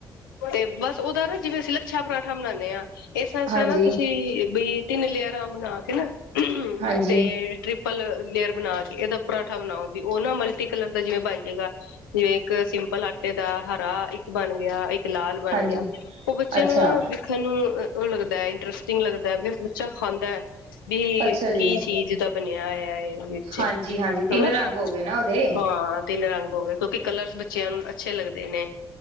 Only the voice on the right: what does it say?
ਹਾਂਜੀ,
ਹਾਂਜੀ,
ਹਾਂਜੀ
ਅੱਛਾ,
ਅੱਛਾ ਜੀ।
ਹਾਂਜੀ-ਹਾਂਜੀ
ਤਿੰਨ
ਰੰਗ ਹੋ ਗਏ ਨਾ ਉਹਦੇ